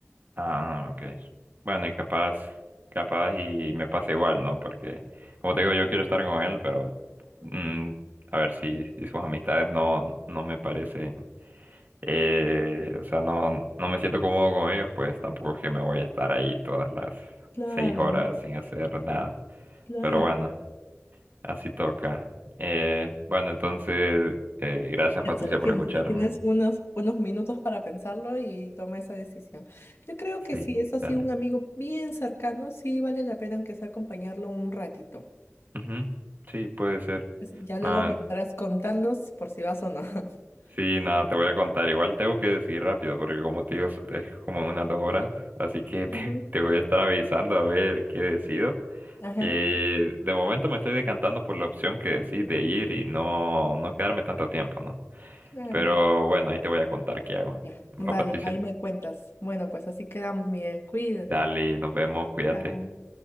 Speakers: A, on the right (about 40°); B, on the left (about 60°).
A: Ah, ok. Bueno, y capaz, capaz y me pasa igual, ¿no? Porque, como te digo, yo quiero estar con él, pero mm, a ver si, si sus amistades no, no me parecen. Eh, o sea, no, no me siento cómodo con ellos, pues tampoco es que me voy a estar ahí todas las
B: Claro,
A: seis horas sin hacer nada.
B: claro.
A: Pero bueno, así toca. Eh, bueno, entonces, eh, gracias
B: Piénsalo,
A: Patricia
B: piénsalo.
A: por escucharme.
B: Tienes unos, unos minutos para pensarlo y toma esa decisión. Yo creo que
A: Sí,
B: si es así
A: dale.
B: un amigo bien cercano, sí vale la pena aunque sea acompañarlo un ratito.
A: Ujú, Sí, puede ser.
B: Pues Ya luego
A: Nada,
B: me estarás contando s- por si vas o no. <laughs>
A: sí, nada, te voy a contar. Igual tengo que decir rápido, porque como te digo, es como unas dos horas. Así que
B: Ujú.
A: <laughs> te, te voy a estar avisando a ver qué decido.
B: Ajá,
A: Y de momento me estoy decantando por la opción que decís de ir y no, no quedarme tanto tiempo, ¿no?
B: claro.
A: Pero bueno, ahí te voy a contar qué hago.
B: Ya. Vale,
A: Va, Patricia.
B: ahí me cuentas. Bueno, pues así quedamos, Miguel. Cuídate.
A: Dale, nos vemos, cuídate.
B: Chao.